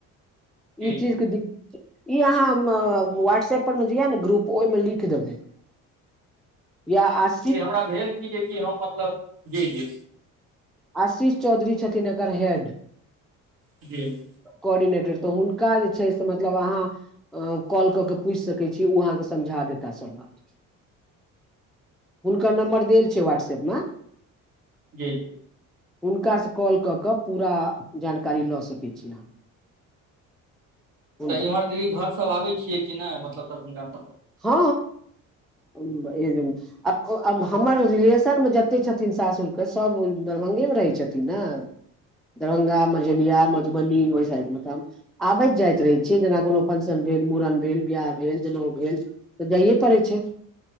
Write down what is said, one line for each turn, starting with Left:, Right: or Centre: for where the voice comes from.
Right: छी।
Centre: ई
Right: जी
Centre: चीजके दिक्कत इ अहाँ व्हाट्सऐप पर मे जे यो ने ग्रुप ओहि मे लिख देबे य आस।
Right: इ हमरा भेल कि जेकि हम मतलब जेबे
Centre: आशीष चौधरी छथिन एकर हे
Right: क
Centre: कोर्डिनेटर त हुनका जे छैय से मतलब अहाँ अ कॉल कऽ के पूछि सकैत छी ओ अहाँकेँ समझा देता सभ बात
Right: <inaudible>
Centre: हुनकर नम्बर देल छै व्हाट्सएप म
Right: जी।
Centre: हुनकासँ कॉल कऽ पूरा जानकारी लऽ सकैत छी अहाँ हुनका
Right: तऽ इम्हर दीदी घर सभ आबै छियै कि नहि मतलब दरभंगा सभ
Centre: हँ ह आ हमर रिलेशनमे जतेक छथिन सासुरके सभ दरभंगमे रहै छथिन ने दरभंगा मझेलिया मधुबनी ओहि साइड मतलब। आबैत जाइत रहै छी जेना कोनो फंक्शन भेल, मुड़न भेल, बिियाह भेल, जनउ भेल, तऽ जाइए पड़ै छै।